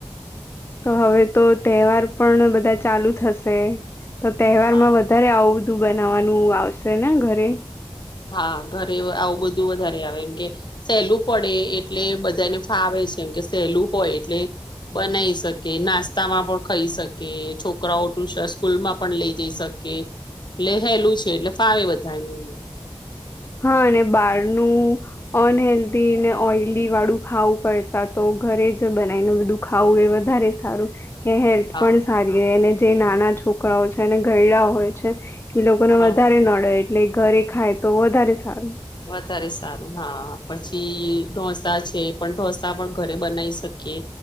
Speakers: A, on the left; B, on the left.
A: તો હવે તો તહેવાર પણ બધા ચાલુ થશે તો તહેવારમાં
B: હા
A: વ ધારે આવું બધું બનાવવાનું આવશે ને ઘરે.
B: હા ઘરે આવું બધું વધારે આવે એમ કે સહેલું પડે એટલે બધાને ફાવે છે એમ કે સહેલું હોય એટલે બનાવી શકે. નાસ્તામાં પણ ખાઈ શકે. છોકરાઓ ટુસ સ્કૂલ માં પણ લઈ જઈ શ કે એટલે હેલું છે એટલે ફાવે બધાને એ.
A: હ અ અને બારનું અનહેેલ્ધી ને ઓઈલીવાળું ખાવું કરતા તો ઘરે જ બનાવીને બધું ખાવું એ વધારે સારું. કે હેલ્થ
B: હા
A: પણ સારી હોય અને જે નાના છોકરાઓ અને ઘયડાઓ હોય છે તે લોકોને
B: હા
A: વધારે નડે એટલે એ ઘરે ખાય તો વધારે સારું.
B: વધારે સારું. હા. પછી ઢોસા છે પણ ઢોસા પણ ઘરે બનાવી શકીએ.